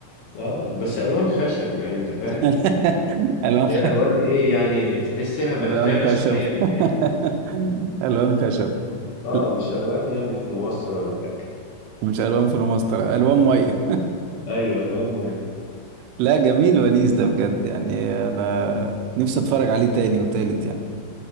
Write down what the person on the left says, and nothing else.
اه بس الوان خشب يعني انت فاهم
اللي
هي الوان ايه يعني تحسها بهتانة
شوية او
كده
اه
مش الوان يعني في مصر ولا حاجة
ايوه الوان ميه